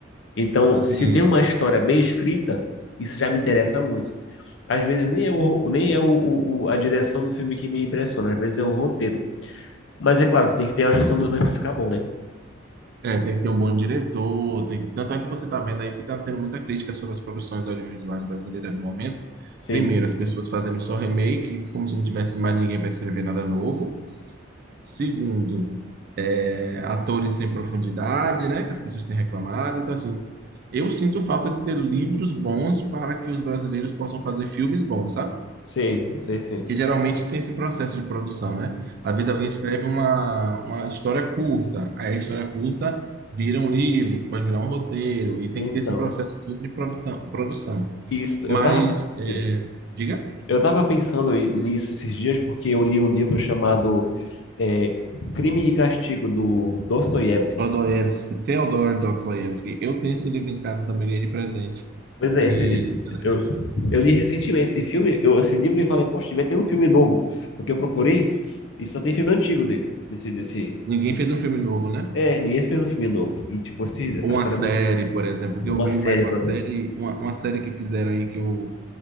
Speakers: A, on the left; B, on the right.
A: Então,
B: Sim,
A: se tem uma história bem escrita, isso já me interessa muito. Às vezes nem é, o, nem é o, o- o- a direção do filme que me impressiona, às vezes é o roteiro. Mas é claro que tem que ter a junção dos dois para ficar bom, né?
B: é, tem que ter um bom diretor, tem que... Tanto é que você está vendo aí que está tendo muita crítica sobre as produções audiovisuais brasileiras no momento.
A: Sim,
B: Primeiro, as pessoas fazendo só remake, como se não tivesse mais ninguém para escrever nada novo. Segundo, é, atores sem profundidade, né, que as pessoas têm reclamado. Então, assim, eu sinto falta de ter livros bons para que os brasileiros possam fazer filmes bons, sabe?
A: sim, eu sei sim.
B: Que geralmente tem esse processo de produção, né? Às vezes alguém escreve uma, uma história curta, aí a história curta vira um livro, que pode virar um roteiro, e tem
A: Então,
B: que ter esse processo todo de produtão- produção.
A: isso,
B: Mas,
A: eu tava, assim,
B: é, diga.
A: eu tava pensando nisso esses dias porque eu li um livro chamado é, Crime e Castigo, do Dostoiévski.
B: Dostoiévski, Theodor Dostoiévski. Eu tenho esse livro em casa também, ganhei de presente.
A: Pois é,
B: E
A: esse, esse-
B: interessante.
A: eu, eu li recentemente esse filme, eu, esse livro, e falei, poxa, vai ter um filme novo, porque eu procurei e só tem filme antigo dele, desse, desse,
B: Ninguém
A: desse...
B: fez um filme novo, né?
A: É, ninguém fez um filme novo. E, tipo, esse, essa
B: Ou
A: história
B: uma série,
A: é muito...
B: por exemplo,
A: Uma
B: que eu vi
A: série,
B: mais uma
A: por
B: série,
A: exemplo.
B: uma, uma série que fizeram aí que eu,